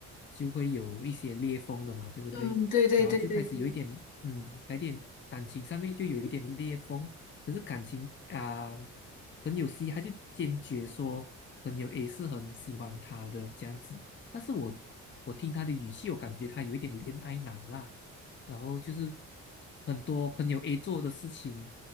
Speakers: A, on the left; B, on the left.
A: 就会有一些裂缝的嘛，对不对？
B: 嗯，对对对对对，
A: 然后就开始有一点，嗯，有一点感情上面就有一点裂缝。可是感情啊，朋友 C 他就坚决说朋友 A 是很喜欢他的这样子，但是我我听他的语气，我感觉他有一点恋爱脑啦，然后就是很多朋友 A 做的事情。